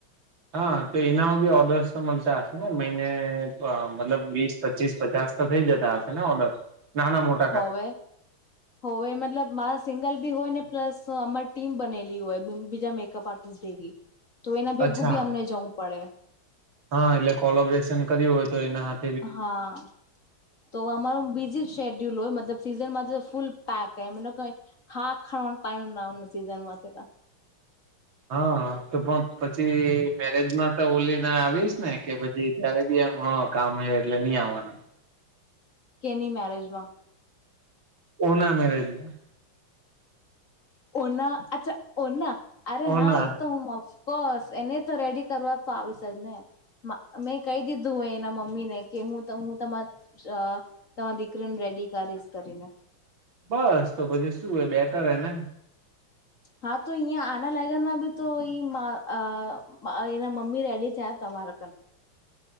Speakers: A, on the right; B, on the left.
A: હા. તો એનામાં બી ઓર્ડર્સ તો મલતા હશે ને, મહિને મતલબ અહ વીસ, પચીસ, પચાસ તો થઈ જતા હશે ને ઓર્ડર? નાના મોટ
B: હોવે. હોવે મતલબ મારા સિંગલ બી હોય ને, પ્લસ અમારી ટીમ બનેલી હોય, બીજા મેકઅપ આર્ટ ટિસ ભેગી, તો એના ભેગું
A: અચ્છા
B: બી અમને જવું પડે.
A: હા એટલે કોલોબરેશન કર્યું હોય તો એના હાથ
B: હા. તો અમારું બિજી શેડ્યુલ હોય મતલબ સીઝનમાં તો ફૂલ પેક, એમ નો કેવાય હાખ ખાવાનો ટાઈમ ના સીઝનમાં <unintelligible>
A: હા. તો પણ પછી મેરેજમાં તો ઓલી ના આવીશ ને કે પછ છી ત્યારે બી એમ હ કામ હે એટલે નઈ આવવાનું.
B: કેની મેરેજ માં?
A: ઓના મેરેજમાં.
B: ઓના, અચ્છા ઓના. અરે
A: ઓના
B: હા ઈ તો હું <unintelligible> કોર્સ, એને તો રેડી કરવા તો આવશે જ ને. માં મેં કહી દીધું એના મમ્મી ને કે હું ત હું તમાર અહ તમાર દીકરીને રેડી કરીશ કરીને.
A: બસ તો પછી શું હે, બેટર હે ને.
B: હા તો અહિયાં આના લાગનમાં બી તો ઈ મા અહ એના મમી રેડી છે તમાર કર